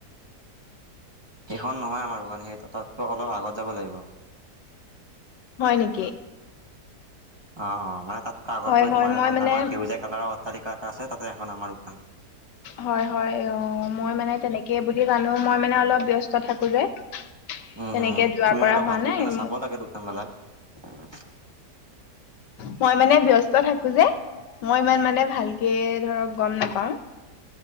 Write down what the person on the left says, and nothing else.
হয় নেকি
হয়
হয়
মই
মানে
হয়, হয় অ' মই মানে তেনেকে বুলি জানো মই মানে অলপ ব্যস্ত থাকো যে।
তেনেকে
যোৱা
কৰা
হোৱা
নাই
মো-
মই মানে ব্যস্ত থাকো যে মই ইমান মানে ভালকে ধৰক গম নাপাও